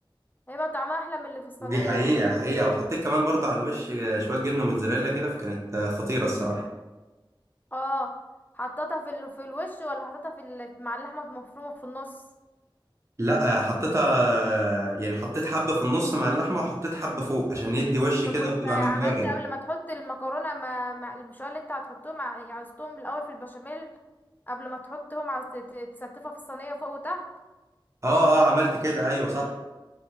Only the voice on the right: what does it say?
دي حقيقة حقيقة وحطيت كمان برضه على الوش آه، شوية جبنة موتزاريلا كده فكانت آه، خطيرة الصراحة
لا حطيتها يعني حطيت حبة في النص مع اللحمة وحطيت حبة فوق عشان يدي وش
كده
وتبقى محمرة
اه اه عملت كده ايوه صح